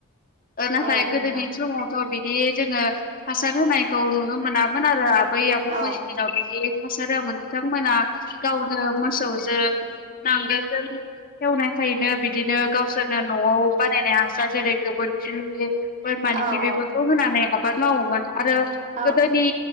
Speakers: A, on the left (about 40°); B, on the right (about 35°).
A: नाथाय
B: औ
A: गोदोनि
B: नंगौ
A: समावथ' बिदि जोङो हासार होनायखौ नुनो मोनामोन आरो आबै आबौमोननि
B: औ
A: दिनाव बिदि हासार होआमोन बिथांमोना गावनो मोसौजों नांगोलजों एवनाय खायनो बिदिनो गावसोरनो न'आव बानायनाय हासार जेरै गोबोरखि बोरमानखि
B: औ औ
A: बेफोरखौ होनानै आबाद मावोमोन आरो
B: औ
A: गोदोनि